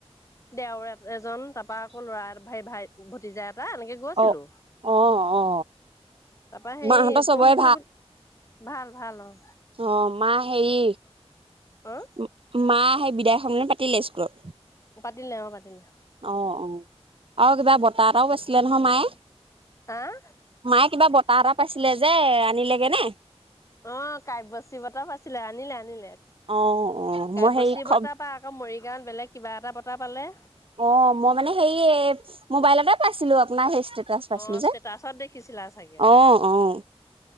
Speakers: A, on the left (about 30°); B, on the right (about 55°).
A: দেওৰ এজন, তাৰপা আকৌ ল'ৰা, ভাই ভাই ভতিজা এটা এনেকে গৈছিলোঁ,
B: অ অ অ
A: তাৰপা হেৰি
B: মাহঁতৰ চবৰে
A: পঢ়িছোঁ বুলি ভাল ভাল অঁ।
B: অঁ মা হেই,
A: অ',
B: ও মা সেই বিদায় সন্মিলনী পাতিলে স্কুলত
A: পাতিলে অঁ পাতিলে।
B: অঁ অঁ, আও কিবা বঁটা এটাও পাইছিলে নহয় মায়ে।
A: হাঁ?
B: মায়ে কিবা বঁটা এটা পাইছিলে যে আনিলেগে নে?
A: অঁ কাব্যশ্ৰী বটা পাইছিলে, আনিলে আনিলে।
B: অ অ
A: কাব্যশ্ৰী
B: মই হেৰি খ
A: বঁটা পা আকৌ মৰিগাঁত বেলেগ কিবা এটা বঁটা পালে।
B: অঁ, মই মানে হে এ মোবাইলতে পাইছিলো আপোনাৰ সেই ষ্টে ষ্টেটাচ পাইছিলো
A: অ',
B: যে
A: ষ্টেটাচত দেখিছিলা চাগে
B: অঁ অঁ।